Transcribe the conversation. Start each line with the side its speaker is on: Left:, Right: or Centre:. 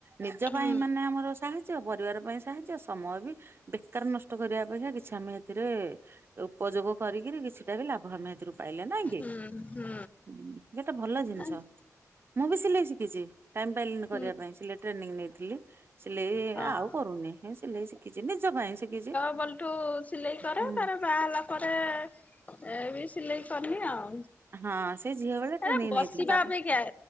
Right: ନିଜ
Left: ହୁଁ
Right: ପାଇଁ ମାନେ ଆମର ସାହାଯ୍ୟ ପରିବାର ପାଇଁ ସାହାଯ୍ୟ ସମୟ ବି ବେକାର ନଷ୍ଟ କରିବା ଅପେକ୍ଷା କି ଛି ଆମେ ହେଥିରେ ଉପଯୋଗ କରିକିରି କିଛିଟା ବି ଲାଭ ଆମେ ହେଥିରୁ ପାଇଲେ ନାଇଁ କି?
Left: ହୁଁ
Right: ହୁଁ-ଉଁ ଗୋଟେ ଭଲ ଜିନିଷ,
Left: ହୁଁ
Right: ମୁଁ ବି ସିଲେଇ ଶିଖିଛି ଟାଇମ୍ ପାଇଲିନି
Left: ହୁଁ
Right: କରିବା ପାଇଁ ସିଲେଟ୍। ଟ୍ରେନିଂ ନେଇଥିଲି, ସିଲେଇ
Left: ହଁ।
Right: ଆଉ କରୁନି ସିଲେଇ ଶିଖିଛି ନିଜ ପାଇଁ ଶିଖିଛି।
Left: ବଲଠୁସ୍ ସିଲେଇ କରେ
Right: ହୁଁ।
Left: ତାରେ ବାହା ହେଲା ପରେ-ଏ-ଏ ଏ ବି ସିଲେଇ କରିନି ଆଉ।
Right: ହଁ ସେଇ ଝିଅ ବେଳେ
Left: ହେ
Right: ଟ୍ରେନିଂ
Left: ବସିବା
Right: ନେଇଥିଲୁ ତାପରେ
Left: ଅପେକ୍ଷା